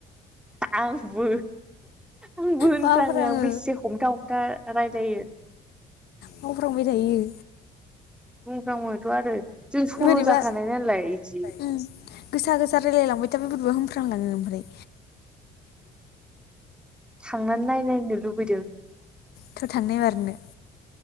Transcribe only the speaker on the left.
मावफ्राङो
मावफ्रांबाय थायो।
बोरैबा
उम गोसा गोसा रायलायलांबाय थाबा बोरैबा होनफ्रांलाङो ओमफ्राय
थ' थांनो मारनो